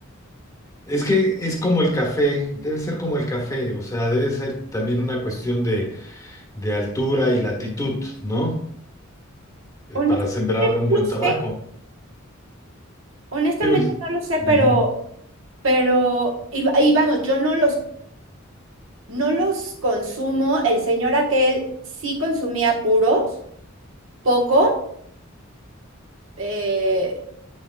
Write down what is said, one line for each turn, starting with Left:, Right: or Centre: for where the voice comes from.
Left: es que es como el café, debe ser como el café, o sea, debe ser también una cuestión de, de altura y latitud, ¿no? eh,
Right: Honestamente
Left: para sembrar un buen
Right: no lo sé,
Left: tabaco.
Right: honestamente
Left: Digo, y-
Right: no lo sé, pero,
Left: ujú,
Right: pero, y, va- y vamos, yo no los, no los consumo. El señor aquel sí consumía puros, poco. eh,